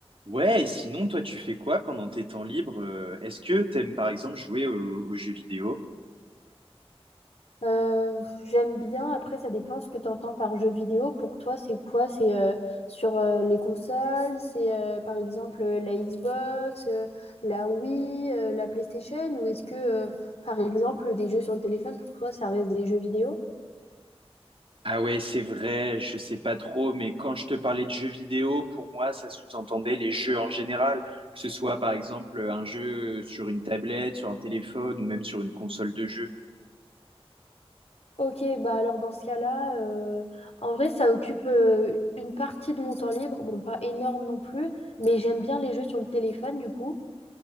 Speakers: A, on the right (about 60°); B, on the left (about 75°).
A: Ouais, et sinon, toi, tu fais quoi pendant tes temps libres? euh, Est-ce que t'aimes, par exemple, jouer aux, aux jeux vidéo?
B: Euh, j'aime bien, après ça dépend ce que tu entends par jeu vidéo. Pour toi, c'est quoi? C'est euh, sur euh, les consoles, c'est euh, par exemple euh, la Xbox, euh, la Wii, euh, la PlayStation, ou est-ce que euh, par exemple des jeux sur le téléphone, pour toi, ça reste des jeux vidéo?
A: Ah ouais, c'est vrai, je sais pas trop, mais quand je te parlais de jeux vidéo, pour moi, ça sous-entendait les jeux en général, que ce soit, par exemple, un jeu sur une tablette, sur un téléphone ou même sur une console de jeu.
B: Ok, bah alors dans ce cas-là, euh, en vrai, ça occupe euh, une partie de mon temps libre. Bon, pas énorme non plus, mais j'aime bien les jeux sur le téléphone du coup.